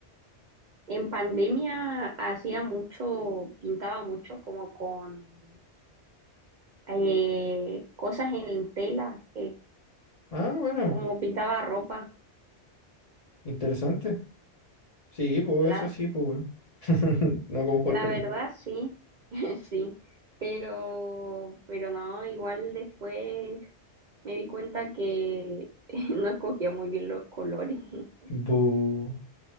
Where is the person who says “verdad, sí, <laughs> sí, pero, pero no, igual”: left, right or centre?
Right